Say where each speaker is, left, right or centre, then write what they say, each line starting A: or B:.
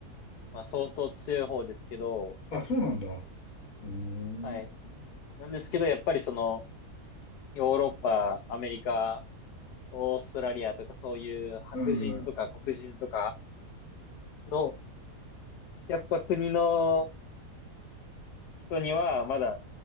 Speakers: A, on the left (about 80°); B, on the left (about 60°).
A: まあ、相当強い方ですけど、
B: あ、そうなんだ。うーん。
A: はい。なんですけど、やっぱりその、ヨーロッパ、アメリカ、オーストラリアとかそういう白人とか黒人とか
B: うん、
A: の、やっぱ国の人にはまだ